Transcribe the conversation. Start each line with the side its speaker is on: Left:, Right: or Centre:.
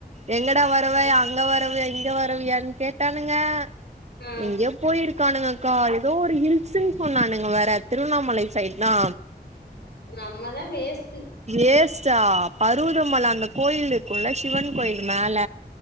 Right: எங்கடா வரவ
Left: ஆ
Right: ஏ அங்க வரவையா இங்க வரவியான்னு கேட்டானுங்க
Left: ஆ
Right: எங்கயோ போயிருக் கானுங்கக்கா ஏதோ ஒரு ஹில்ஸ்ன்னு சொன்னானுங்க வேற திருவண்ணாமலை சைட் தா
Left: நம்மதா வேஸ்ட்
Right: வேஸ்ட்டா பருவதமல அந்த கோயில் இருக்குல்ல சிவன் கோயில் மேல